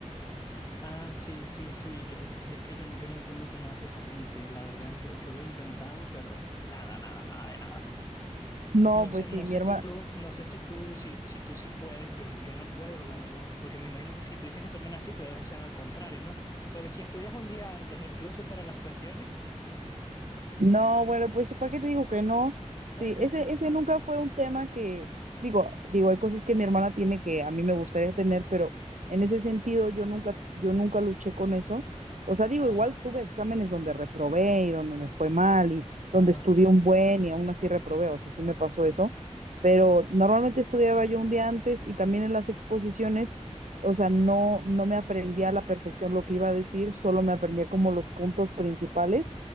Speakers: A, on the left (about 30°); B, on the right (about 85°).
A: Ah, sí, sí, sí. Yo, es que yo, yo no entiendo cómo hace esa gente. La verdad, yo, yo lo he intentado, pero nada, nada, nada de nada.
B: No,
A: No
B: pues
A: sé, no
B: sí,
A: sé
B: mi hermana,
A: si tú, no sé si tú, si, si tú sí puedes, yo, yo no puedo, la verdad, porque me imagino que si tú dices que tu hermana así, tú debes ser al contrario, ¿no? Porque si estudias un día antes, incluso para las cuestiones,
B: No, bueno, pues ¿para qué te digo que no? Sí,
A: <laughs>
B: ese, ese nunca fue un tema que, digo, digo, hay cosas que mi hermana tiene que a mí me gustaría tener, pero en ese sentido yo nunca, yo nunca luché con eso. O sea, digo,
A: ajá.
B: igual tuve exámenes donde reprobé y donde me fue mal y
A: Ajá.
B: donde estudié un buen y aún así reprobé, o sea, sí me pasó eso, pero normalmente estudiaba yo un día antes y también en las exposiciones, o sea, no, no me aprendía a la perfección lo que iba a decir, solo me aprendía como los puntos principales